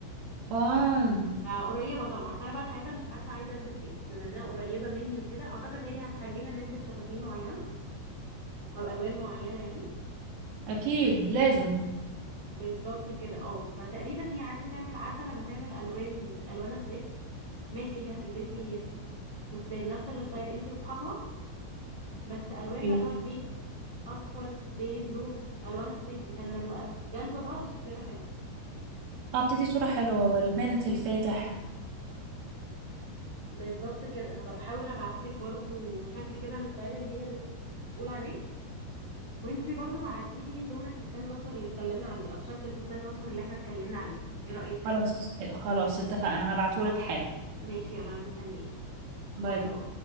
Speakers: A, on the right; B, on the left.
A: اه
B: فقريبة طبعا فأنا بقى ساعتها مش عارفة عايزة ألبس ايه بما إنها قريبة مني وكده أعتقد هي هتخلينا نلبس فساتين معينة أو ألوان معينة يعني
A: اكيد لازم
B: بالظبط كده اه فتقريبا هي عايزة تعمل عارفة لما تعمل ألوان ألوان الصيف ماشي انت هتلبسي فستان نفس الستايل انت واصحابها بس ألوان
A: ايوه
B: بقى اللي هو البينك أصفر بيبي بلو ألوان الصيف دي فلما بقى جنب بعض شكلنا حلو
A: هبتدي صورة حلوة والمنت الفاتح
B: بالظبط كده هبقى بحاول ابعتلك برضو شكل كده الستايل اللي هي بتقول عليه وانتي برضو بعتيلي لون الفستان الاصفر اللي اتكلمنا عليه او شكل الفستان الاصفر اللي احنا اتكلمنا عليه ايه رأيك
A: خلاص خلاص اتفقنا هبعتهولك
B: خلاص
A: حالا
B: ماشي يلا انا مستنياكي باي
A: باي باي
B: باي